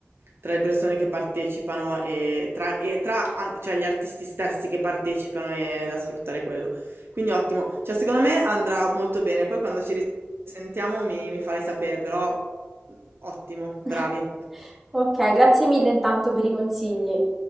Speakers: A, on the right; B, in the centre.
A: tra le persone che partecipano e tra, e tra an- cioè, gli artisti stessi che partecipano e da sfruttare quello. Quindi ottimo, cioè, secondo me andrà molto bene. Poi quando ci sentiamo mi, mi farai sapere, però mm, ottimo, bravi.
B: <laughs> Ok, grazie mille intanto per i consigli.